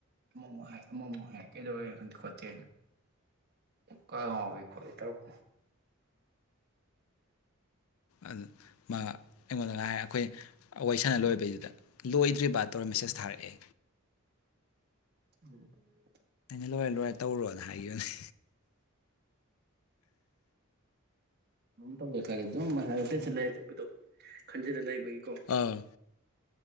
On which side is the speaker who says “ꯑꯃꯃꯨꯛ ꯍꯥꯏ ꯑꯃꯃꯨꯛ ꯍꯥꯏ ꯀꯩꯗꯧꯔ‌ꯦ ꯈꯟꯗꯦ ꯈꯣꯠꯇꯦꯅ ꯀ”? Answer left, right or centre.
Right